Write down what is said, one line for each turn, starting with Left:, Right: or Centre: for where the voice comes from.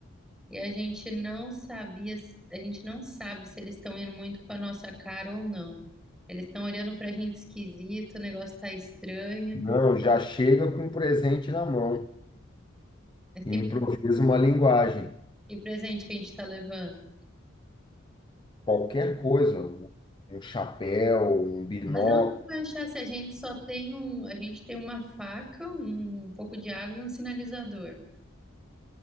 Centre: e a gente não sabia, a gente não sabe se eles estão indo muito com a nossa cara ou não. Eles estão olhando pra gente esquisito, o negócio tá estranho.
Left: Não, já chega com um presente na mão
Centre: Mas
Left: e
Centre: que
Left: improvisa uma linguagem.
Centre: Que presente que a gente está levando?
Left: Qualquer coisa, um chapéu, um binóculo,
Centre: Mas onde vai achar se a gente só tem um, a gente tem uma faca, um, pouco de água e um sinalizador.